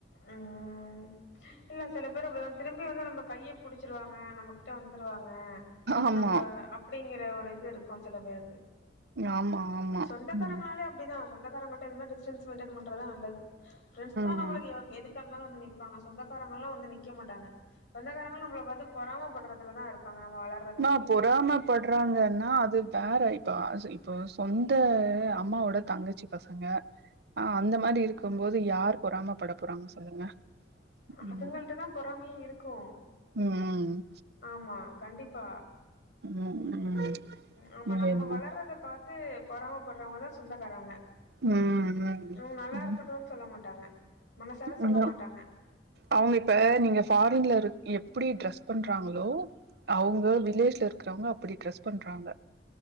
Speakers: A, on the left; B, on the right.
A: ம் இல்ல சில பேர் அப்டிதா திரும்பி வந்து நம்ம கைய புடிச்சிருவாங்க நம்மக்கிட்ட வந்துருவாங்க
B: ஆமா
A: நம்பள அப்டிங்கிற ஒரு இது இருக்கும் சில பேருக்கு
B: ஆமா ஆமா
A: சொந்தக்காரங்கனாலே
B: ம்
A: அப்டிதா சொந்தக்காரங்கள்ட்ட இது மாரி டிஸ்டன்ஸ் மெயின்டென் பண்றதா நல்லது ஃப்ரெண்ஸ் தா
B: ம்
A: நம்மளுக்கு எதுக்கா இருந்தாலு வந்து நிப்பாங்க சொந்தக்காரங்கள்லா வந்து நிக்க மாட்டாங்க சொந்தக்காரங்கள்லா நம்மள பாத்து பொறாமப்பட்றதுலதா இருப்பாங்க நம்ம வளர்
B: நா பொறாம பட்றாங்கன்னா அது வேற இப்ப ச இப்போ சொந்த அம்மாவோட தங்கச்சி பசங்க ஆ அந்த மாரி இருக்கும் போது யார் பொறாமப்பட போறாங்க சொல்லுங்க
A: அதுங்கள்ட்ட
B: ம்
A: தா பொறாமையே இருக்கும்
B: ம்
A: ஆமா கண்டிப்பா
B: ம் ம்
A: ஆமா நம்ம
B: என்ன
A: வளர்றத பாத்து பொறாமப்படுறவங்கதா சொந்தக்காரங்க
B: ம் ம்
A: நம்ம நல்லா
B: ம்
A: இருக்கட்டுனு சொல்ல மாட்டாங்க மனசார சொல்ல
B: அதா
A: மாட்டாங்க
B: அவங்க இப்ப நீங்க ஃபாரின்ல இரு எப்படி டிரெஸ் பண்றாங்களோ அவங்க வில்லேஜ்ல இருக்கறவங்க அப்டி ட்ரெஸ் பண்றாங்க